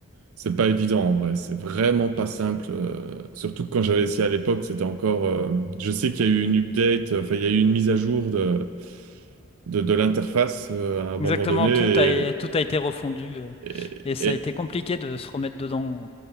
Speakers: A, on the right; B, on the left.
A: c'est pas évident en vrai. C'est vraiment pas simple. euh, surtout que quand j'avais essayé à l'époque, c'était encore. euh, je sais qu'il y a eu une update, euh, enfin il y a eu une mise à jour de, de, de l'interface euh, à un moment
B: Exactement,
A: donné.
B: tout
A: Et,
B: a, tout a été refondu euh,
A: et,
B: et ça
A: et-
B: a été compliqué de se remettre dedans,